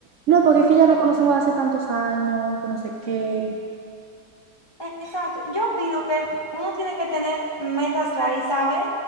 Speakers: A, on the right; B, on the left.
A: no, porque es que ya no conocemos de hace tantos años, que no sé qué.
B: Exacto. Yo opino que uno tiene que tener metas claras y saber